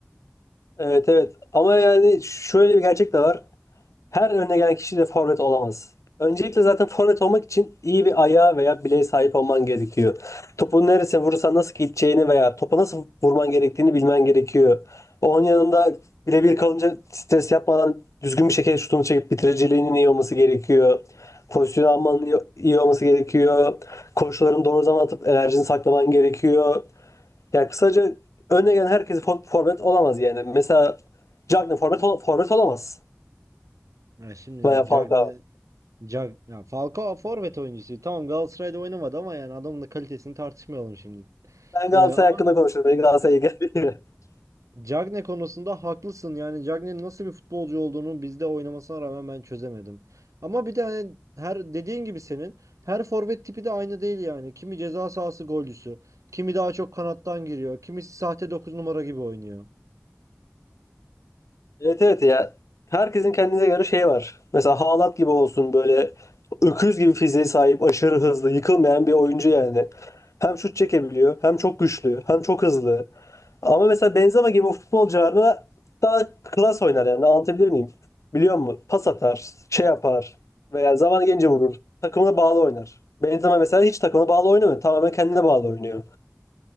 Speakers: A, on the left; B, on the right.
A: Evet evet. Ama yani şöyle bir gerçek de var. Her önüne gelen kişi de forvet olamaz. Öncelikle zaten forvet olmak için iyi bir ayağa veya bileğe sahip olman gerekiyor. Topu neresine vurursan nasıl gideceğini veya topa nasıl vurman gerektiğini bilmen gerekiyor. Onun yanında birebir kalınca stres yapmadan düzgün bir şekilde şutunu çekip bitiriciliğinin iyi olması gerekiyor. Pozisyon almanın iyi iyi olması gerekiyor. Koşularını doğru zaman atıp enerjini saklaman gerekiyor. Yani kısaca önüne gelen herkes for- forvet olamaz yani. Mesela Cagney forvet, ol- forvet olamaz
B: Ya şimdi
A: veya Falcao.
B: Cagne, Cag, ya Falcao forvet oyuncusu. Tamam Galatasaray'da oynamadı ama yani adamın da kalitesini tartışmayalım şimdi.
A: Ben
B: Ee,
A: Galatasaray
B: ama
A: hakkında konuşurum. Beni Galatasaray'a geldi. <laughs>
B: Cagne konusunda haklısın. Yani Cagne'nin nasıl bir futbolcu olduğunu bizde oynamasına rağmen ben çözemedim. Ama bir de hani her dediğin gibi senin her forvet tipi de aynı değil yani. Kimi ceza sahası golcüsü, kimi daha çok kanattan giriyor, kimisi sahte 9 numara gibi oynuyor.
A: Evet evet ya. Herkesin kendine göre şeyi var. Mesela Haaland gibi olsun böyle öküz gibi fiziğe sahip, aşırı hızlı, yıkılmayan bir oyuncu yani. Hem şut çekebiliyor, hem çok güçlü, hem çok hızlı. Ama mesela Benzema gibi futbolcularla daha klas oynar yani. Anlatabilir miyim? Biliyor musun? Pas atar, şey yapar veya zaman gelince vurur. Takımına bağlı oynar. Benzema mesela hiç takımına bağlı oynamıyor. Tamamen kendine bağlı oynuyor.